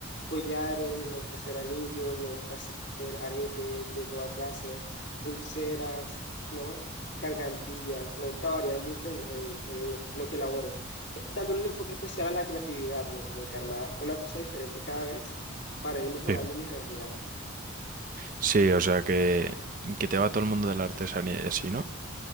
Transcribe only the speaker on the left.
collares, me gusta hacer anillos, me gusta hacer aretes de toda clase, pulseras, ¿no? Gargantillas. Me gusta variar mucho en, en- en lo, lo que elaboro, eh, dándole un enfoque especial a la creatividad, ¿no? Como que armar una cosa diferente cada vez para ir mejorando
mis habilidades.